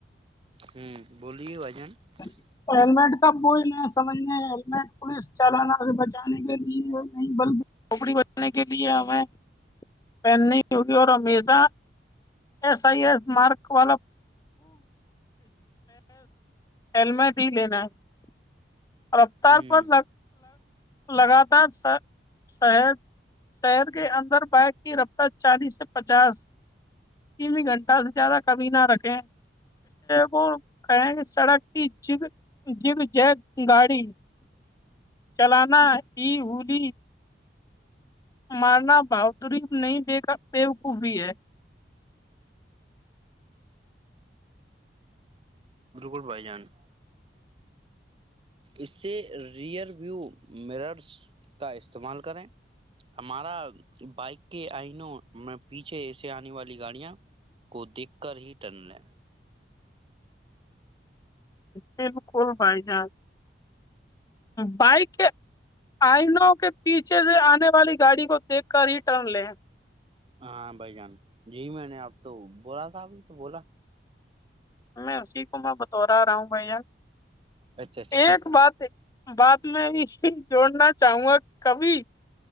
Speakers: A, on the right; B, on the left.
A: ہوں بولیو اجم <unintelligible>
B: ہیلمٹ کا کوئی نہیں سمجھنے ہیللمٹ پولیس چالانا سے بچانے کے لیے نہیں بلکھوپڑی بچانے کے لیے ہمیں پہننی ہوگی اور ہمیشہ ایس آئی ایس مارک والا ہیلمیٹ سی لینا <unintelligible> رفتار
A: ہ
B: پرگگ لگاتار شر شہر کے اندر بائک کی رفتار چالیس سے پچاس ت گھنٹہ سے زیادہ کمی نہ رکھیں کو کہیں کہ سڑک کی جگ جیب ج گاڑی <unintelligible> چلانا ہی ہولی مارنا بہادری نہیں بےیک بےوقوبی ہے
A: بائی جان <unintelligible> اس سے ریئر وو مررس کا استعمال کریں ہمارا بائک کے آئنوں میں پیچھے ایے آنے والی گاڑیاں کو دیکھ کر ہی ٹن لے
B: بالکل بھائی جان بائک کے آئنوں کے پیچھے سے آنے والی گاڑی کو دیکھ کر ریٹرن لے
A: ہاں بھائی جان جی میں نے اب تو بولا تھا ابھی تو بولا
B: میں اسی کو میں بطور آ رہا ہوں بھ یہار
A: اچھا اچھا
B: ایک بات ہے بات میں جوڑنا چاہوں گا کبھی